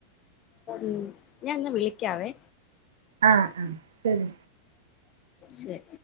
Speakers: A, on the left; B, on the right.
A: ഉം ഞാൻ എന്നാ വിളിക്കാവേ
B: ആഹ് ആഹ് ശരി
A: ശരി